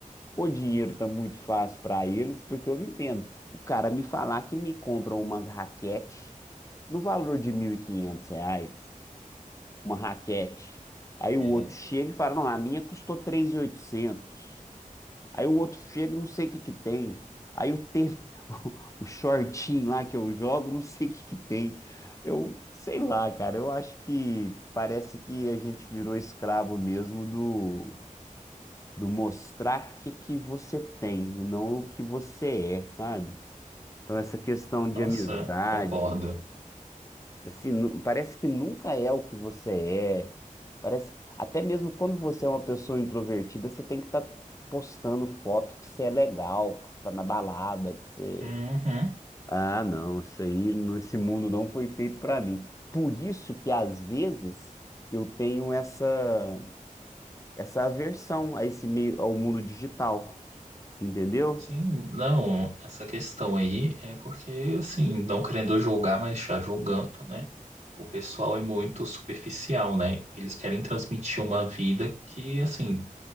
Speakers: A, on the left; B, on the right.
A: ou o dinheiro tá muito fácil para eles, porque eu não entendo. O cara me falar que me compra uma raquete no valor de 1.500 reais, uma raquete. Aí o
B: É,
A: outro chega e fala, não, a minha custou três mil e oitocentos Aí o outro chega, não sei o que que tem. Aí o tênis, <laughs> o shortinho lá que eu jogo, não sei o que que tem. Eu sei lá, cara, eu acho que parece que a gente virou escravo mesmo do, do mostrar o que que você tem e não o que você é, sabe?
B: e-
A: Então essa questão de
B: nossa,
A: amizade,
B: concordo.
A: assim, nu- parece que nunca é o que você é. Parece, até mesmo quando você é uma pessoa introvertida, você tem que estar postando foto que você é legal, que você tá na balada, que você
B: Uhum.
A: Ah, não, isso aí, no- esse mundo não foi feito para mim. Por isso que às vezes eu tenho essa essa aversão a esse meio ao mundo digital, entendeu?
B: Sim, não, essa questão aí é porque, assim, não querendo julgar, mas já julgando, né? O pessoal é muito superficial, né? Eles querem transmitir uma vida que, assim,